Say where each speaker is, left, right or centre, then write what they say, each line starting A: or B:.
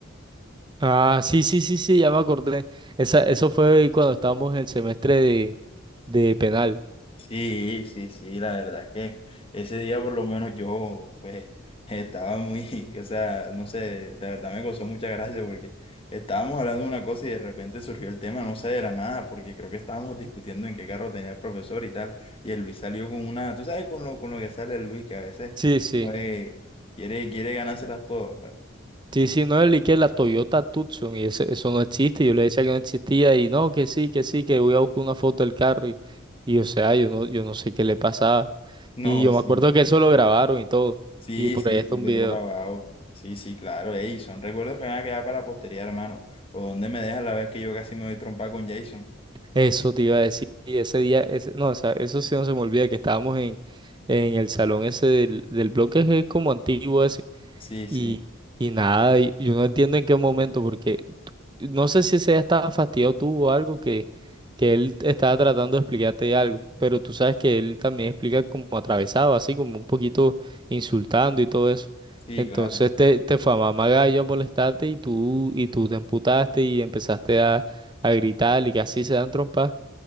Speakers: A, on the right (about 25°); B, on the left (about 30°).
A: Ah, sí, sí, sí, sí, ya me acordé. Esa, eso fue cuando estábamos en el semestre de, de penal.
B: Sí, sí, sí, la verdad es que ese día por lo menos yo pues estaba muy, <laughs> o sea, no sé, la verdad me causó mucha gracia porque estábamos hablando de una cosa y de repente surgió el tema, no sé, de la nada, porque creo que estábamos discutiendo en qué carro tenía el profesor y tal, y el Luis salió con una, tú sabes con lo, con lo que sale el Luis, que a veces
A: Sí, sí.
B: eh, quiere, quiere ganárselas todas, ¿vale? <laughs>
A: Sí, sí, no, el que la Toyota Tucson y ese- eso no existe. Yo le decía que no existía y no, que sí, que sí, que voy a buscar una foto del carro y, y, o sea, yo no, yo no sé qué le pasaba.
B: No,
A: Y yo
B: sí.
A: me acuerdo que eso lo grabaron y todo.
B: Sí,
A: Y por
B: sí,
A: ahí está
B: se
A: un
B: quedó
A: video.
B: grabado. Sí, sí, claro. Ey, son recuerdos que me van a quedar para la posteridad, hermano. O dónde me dejas la vez que yo casi me doy trompa con Jason.
A: Eso te iba a decir. Y ese día, ese, no, o sea, eso sí no se me olvida que estábamos en, en el salón ese del, del bloque que es como antiguo ese.
B: Sí, sí,
A: Y, y nada, y yo no entiendo en qué momento, porque No sé si ese estaba fastidiado tú o algo que, que él estaba tratando de explicarte algo, pero tú sabes que él también explica como atravesado, así como un poquito insultando y todo eso.
B: sí,
A: Entonces
B: claro.
A: te, te fue a mamar gallo a molestarte y tú, y tú te emputaste y empezaste a, a gritar y que así se dan trompas.